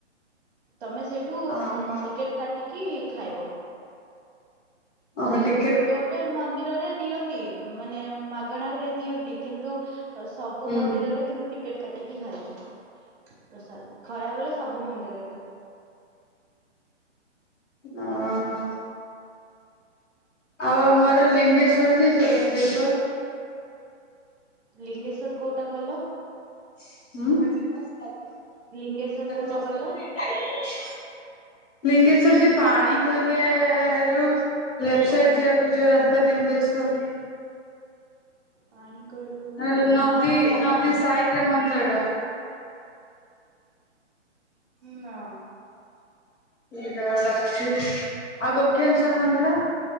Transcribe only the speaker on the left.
ଓହୋ
ଓ ହୋ ଟିକ୍
ହୁଁ
ଓ ହ ଆଉ ଆମର ଲିଙ୍ଗେଶ୍ଵର ଯାଇଛ? ଲିଙ୍ଗେଶ୍ଵର
ଉଁ
ଲିଙ୍ଗେଶ୍ୱର ଯେ ପାଣିିକୋଇଲି ରେ ଯୋଉ ଲେଫ୍ଟ ସାଇଡ୍ ଯିବାକୁ ଯୋଉ ରାସ୍ତା ଲିଙ୍ଗେଶ୍ୱର
ହେଲ
ନଦୀ
ନଦୀ ସାଇଟ୍ ରେ ମନ୍ଦିର ଟା।
ସେଇଠି କାଳେ ଗୋଟେ ଅଛି ଆଉ ଗୋକ୍ଷେନସ୍ୱର ମନ୍ଦିର।